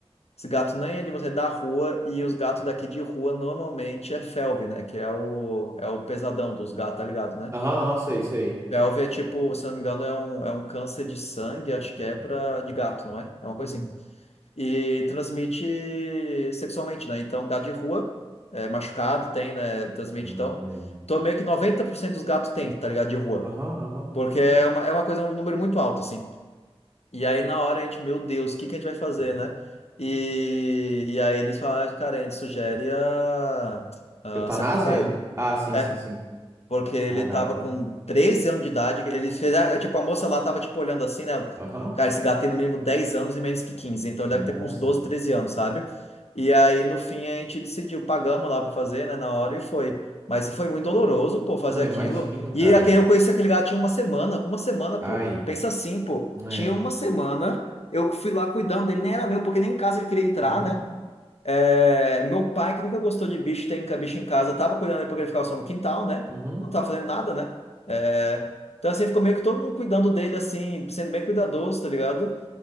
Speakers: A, on the left; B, on the right.
A: Esse gato nem é de você da rua, e os gatos daqui de rua normalmente é felve, né? Que é o, é o pesadão dos gatos, tá ligado, né?
B: Aham, aham, sei, sei.
A: Felve é tipo, se eu não me engano, é um, é um câncer de sangue, acho que é pra, de gato, não é? É uma
B: Hum.
A: coisa assim. E transmite sexualmente, né? Então, gato de rua, é, machucado, tem, né? Transmite,
B: Ai,
A: então.
B: velho.
A: Então, meio que 90% dos gatos tem, tá ligado, de rua.
B: Aham, aham.
A: Porque é uma, é uma coisa, um número muito alto, assim. E aí na hora a gente, meu Deus, o que que a gente vai fazer, né? E, e aí eles falaram, "Ah, cara, a gente sugere a, a
B: Eutanásia?
A: sacrificar ele.
B: Ah, sim,
A: É,
B: sim, sim.
A: porque ele
B: Caraca.
A: tava com 13 anos de idade. Eles fizeram. Tipo, a moça lá tava, tipo, olhando assim, né?
B: Aham.
A: Cara, esse gato tem no mínimo 10 anos e menos que 15. Então ele
B: Nossa.
A: deve ter com uns 12, 13 anos, sabe? E aí, no fim, a gente decidiu, pagamos lá pra fazer, né? Na hora e foi. Mas foi muito doloroso, pô, fazer
B: Não,
A: aquilo.
B: imagino, cara.
A: E aquele, eu conheci aquele gato tinha uma semana. Uma semana, pô.
B: Ai.
A: Pensa assim, pô.
B: É.
A: Tinha uma semana. Eu fui lá cuidando dele, nem era meu, porque nem em casa ele queria entrar,
B: Uhum.
A: né? É, meu pai, que nunca gostou de bicho, tem ca- bicho em casa, tava cuidando dele porque ele ficava só no quintal, né?
B: Uhum.
A: Não tava fazendo nada, né? É, então, assim, ficou meio que todo mundo cuidando dele, assim, sendo bem cuidadoso, tá ligado?